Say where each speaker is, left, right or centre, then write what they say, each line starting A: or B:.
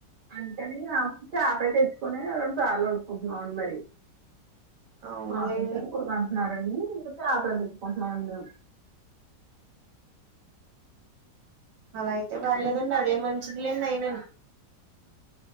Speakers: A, on the right; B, on the right.
A: అంతే అని ఆ <unintelligible> తెచ్చుకోని రెండు సార్లు వండుకుంటున్నాం మరి <unintelligible>
B: అవునులేండి
A: అంటున్నారండి ఇంకా చేప <unintelligible> చ్చకుంటున్నాండి మేము
B: అలా
A: నాకు
B: అయితే
A: తలకాయ
B: పర్లేదండి
A: అంటే బాగా
B: అదే
A: ఇష్టమండి
B: మంచిదిలేండి
A: చేప
B: అయిన <unintelligible>